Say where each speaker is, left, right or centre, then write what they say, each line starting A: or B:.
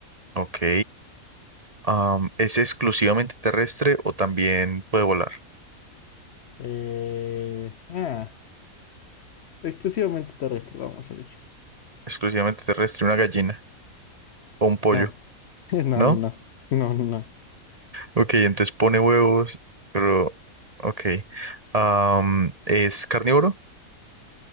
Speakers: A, on the right; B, on the left.
A: Ok. Am, ¿es exclusivamente terrestre o también puede volar?
B: Eh, ah, exclusivamente terrestre, vamos a decir.
A: Exclusivamente terrestre, una gallina o un pollo,
B: No, <laughs> no,
A: ¿no?
B: no, no. No, no, no.
A: Ok, entonces pone huevos, pero... Ok. Am, ¿es carnívoro?